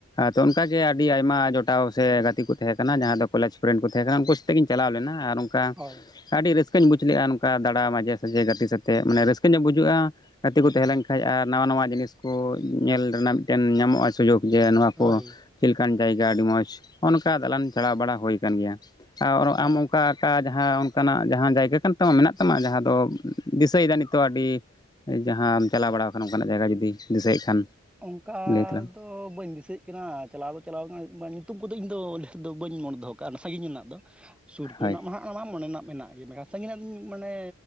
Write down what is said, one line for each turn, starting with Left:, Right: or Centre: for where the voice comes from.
Left: ᱛᱚ ᱚᱱᱠᱟᱜᱮ ᱟᱹᱰᱤ ᱟᱭᱢᱟ ᱡᱚᱴᱟᱣ ᱥᱮ ᱜᱟᱛᱮ ᱠᱚ ᱛᱟᱦᱮᱸᱠᱟᱱᱟ ᱡᱟᱦᱟᱸ ᱫᱚ ᱠᱚᱞᱮᱡᱽ ᱠᱚ ᱨᱮᱱ ᱠᱚ ᱛᱟᱦᱮᱸ ᱠᱟᱱᱟ ᱩᱱᱠᱩ ᱥᱟᱛᱮᱜᱤᱧ ᱪᱟᱞᱟᱣ ᱞᱮᱱᱟ ᱟᱨ ᱚᱱᱠᱟ
Centre: ᱦᱳᱭ
Left: ᱟᱹᱰᱤ ᱨᱟᱹᱥᱠᱟᱹᱧ ᱵᱩᱡᱽ ᱞᱮᱜᱼᱟ ᱱᱚᱝᱠᱟ ᱫᱟᱬᱟ ᱢᱟᱡᱷᱮ ᱥᱟᱡᱷᱮ ᱜᱟᱛᱮ ᱥᱟᱛᱮᱫ ᱢᱟᱱᱮ ᱨᱟᱹᱥᱠᱟᱹ ᱧᱚᱜ ᱵᱩᱡᱟᱹᱜᱼᱟ ᱜᱟᱛᱮ ᱠᱚ ᱛᱟᱦᱮᱸ ᱞᱮᱱᱠᱷᱟᱡ ᱟᱨ ᱱᱟᱣᱟ ᱱᱟᱣᱟ ᱡᱤᱱᱤᱥ ᱠᱚ ᱧᱮᱞ ᱨᱮᱱᱟᱜ ᱢᱤᱫᱴᱮᱱ ᱧᱟᱢᱚᱜᱼᱟ ᱥᱩᱡᱳᱜᱽ ᱡᱮ ᱱᱚᱣᱟ ᱠᱚ
Centre: ᱦᱳᱭ
Left: ᱪᱮᱫ ᱞᱮᱠᱟᱱ ᱡᱟᱭᱜᱟ ᱟᱹᱰᱤ ᱢᱚᱡᱽ ᱱᱚᱜ ᱱᱚᱝᱠᱟ ᱫᱟᱞᱟᱱ ᱪᱟᱞᱟᱣ ᱵᱟᱲᱟ ᱦᱩᱭ ᱟᱠᱟᱱ ᱜᱮᱭᱟ ᱟ ᱚᱨᱚᱜ
Centre: ᱦᱳᱭ
Left: ᱟᱢ ᱚᱱᱠᱟ ᱠᱟ ᱡᱟᱦᱟᱸ ᱚᱱᱠᱟᱱᱟᱜ ᱡᱟᱦᱟᱸ ᱡᱟᱭᱜᱟ ᱠᱟᱱ ᱛᱟᱢᱟ ᱢᱮᱱᱟᱜ ᱛᱟᱢᱟ ᱡᱟᱦᱟᱸ ᱫᱚ ᱫᱤᱥᱟᱹᱭᱮᱫᱟ ᱱᱤᱛᱚᱜ ᱟᱹᱰᱤ ᱡᱟᱦᱟᱸᱢ ᱪᱟᱞᱟᱣ ᱵᱟᱲᱟᱣ ᱠᱟᱱᱟ ᱚᱱᱠᱟᱱᱟᱜ ᱡᱟᱭᱜᱟ ᱡᱩᱫᱤ ᱫᱤᱥᱟᱹᱭᱮᱫ ᱠᱷᱟᱱ
Centre: ᱚᱱᱠᱟ
Left: ᱞᱟᱹᱭ ᱛᱟᱞᱟᱝ
Centre: ᱫᱚᱧ ᱵᱟᱹᱧ ᱫᱤᱥᱟᱹᱭᱮᱫ ᱠᱟᱱᱟ ᱪᱟᱞᱟᱣ ᱫᱚ ᱪᱟᱞᱟᱣ ᱠᱟᱱᱟ ᱧᱩᱛᱩᱢ ᱠᱚᱫᱚ ᱤᱧᱫᱚ ᱫᱚ ᱵᱟᱹᱧ ᱢᱚᱱᱮ ᱫᱚᱦᱚ ᱠᱟᱜᱼᱟ ᱥᱟᱺᱜᱤᱧ ᱨᱮᱱᱟᱜ ᱫᱚ ᱥᱩᱨ ᱠᱚᱨᱮᱱᱟᱜ
Left: ᱦᱳᱭ
Centre: ᱢᱟ ᱦᱟᱜ ᱢᱟ ᱢᱚᱱᱮᱱᱟᱜ ᱢᱮᱱᱟᱜ ᱜᱮ ᱢᱮᱱᱠᱷᱟᱱ ᱥᱟᱺᱤᱧᱱᱟᱜᱧ ᱢᱟᱱᱮ